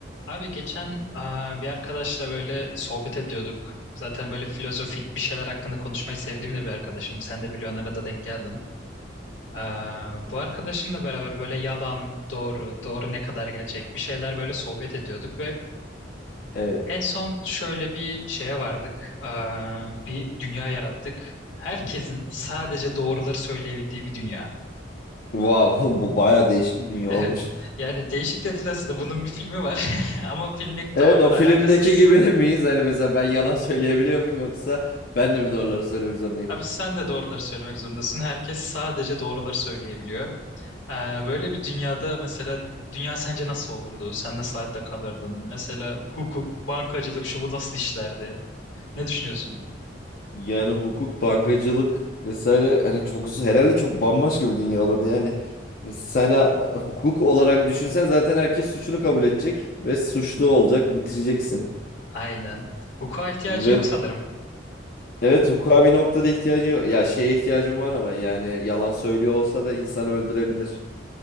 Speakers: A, on the left; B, on the left.
A: Abi geçen aa, bir arkadaşla böyle sohbet ediyorduk. Zaten böyle filozofik bir şeyler hakkında konuşmayı sevdiğim de bir arkadaşım. Sen de biliyorsun arada denk geldin. Aa, bu arkadaşımla beraber böyle yalan, doğru, doğru ne kadar gerçek bir şeyler böyle sohbet ediyorduk ve
B: Evet.
A: en son şöyle bir şeye vardık. Aa, bir dünya yarattık. Herkesin sadece doğruları söyleyebildiği bir dünya.
B: Wow, <laughs> bu baya değişik bir dünya
A: Evet.
B: olmuş.
A: Yani değişik de değil aslında. Bunun bir filmi var. <laughs> Ama filmle
B: Evet,
A: tamamen
B: o filmdeki
A: alakasız.
B: gibi <laughs> miyiz? Hani mesela ben yalan söyleyebiliyor muyum yoksa ben de mi doğruları söylemek zorundayım?
A: Abi sen de doğruları söylemek zorundasın. Herkes sadece doğruları söyleyebiliyor. Ee, böyle bir dünyada mesela dünya sence nasıl olurdu? Sen nasıl hayatta kalırdın? Mesela hukuk, bankacılık şu bu nasıl işlerdi? Ne düşünüyorsun?
B: Yani hukuk, bankacılık vesaire hani çok herhalde çok bambaşka bir dünya olurdu yani. Mesela sen hukuk olarak düşünsen zaten herkes suçunu kabul edecek ve suçlu olacak, bitireceksin.
A: Aynen. Hukuka ihtiyacın
B: Ve
A: yok sanırım.
B: evet hukuka bir noktada ihtiyacın yok. Ya şeye ihtiyacın var ama yani yalan söylüyor olsa da insan öldürebilir.